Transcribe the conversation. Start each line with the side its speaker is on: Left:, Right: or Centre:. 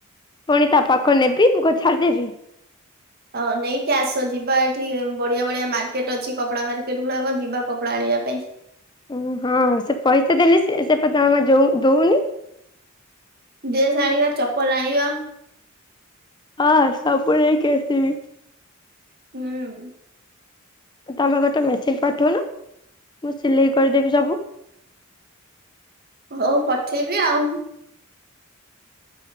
Left: ପୁଣି ତା ପାଖ ନେବି ମୁଁ କଣ ଛାଡିଦେବି।
Right: ହଁ ନେଇକି ଆସ ଯିବା ଏଠି ବଢିଆ ବଢିଆ ମାର୍କେଟ୍ ଅଛି କପଡା ମାର୍କେଟ୍ ଗୁଡାକ ଯିବା କପଡା ଆଣିବା ପାଇଁ।
Left: ଓ ହଁ ସେ ପଇସା ଦେଲେ ସେ ସେ ପ ତ ଆମ ଯୋ ଯୋଉନି।
Right: ଡ୍ରେସ୍ ଆଣିବା ଚପଲ ଆଣିବା।
Left: ହଁ ସବୁ ନେଇକି ଆସିବି।
Right: ହୁଁ।
Left: ତମେ ଗୋଟେ ମେସିନ୍ ପଠଉନ ମୁଁ ସିଲେଇ କରିଦେବି ସବୁ।
Right: ହଉ ପଠେଇବି ଆଉ।